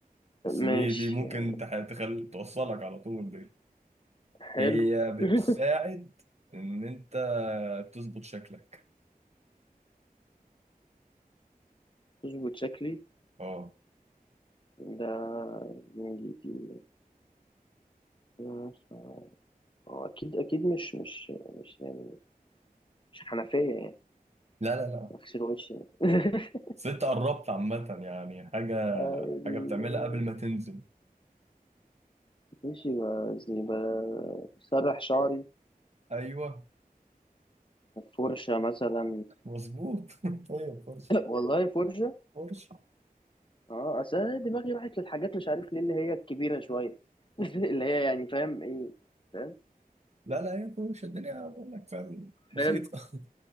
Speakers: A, on the right; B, on the left.
A: بس
B: ماشي
A: دي دي ممكن
B: يعني
A: تح- تخل... توصلك على طول دي
B: حلو
A: هي بتساعد
B: <laughs>
A: ان انت تظبط شكلك
B: تظبط شكلي
A: اه
B: ده يعني دي أنا ف- هو أكيد أكيد مش مش مش يعني مش حنفية يعني
A: لا لا لا
B: أغسل وشي يعني <laughs>
A: بس انت قربت عامة يعني حاجة
B: آه، يعني
A: حاجة بتعملها قبل ما تنزل
B: ماشي ب- زي ب- بسرح شعري
A: ايوه
B: فرشة مثلا
A: مظبوط <laughs> هي فرشة
B: <laughs> والله فرشة
A: فرشة
B: اه اصل انا دماغي راحت للحاجات مش عارف ليه اللي هي الكبيره شويه <laughs> اللي هي يعني فاهم ايه فاهم
A: لا لا هي فرشة الدنيا بقول لك فاهم بسيطة
B: حلو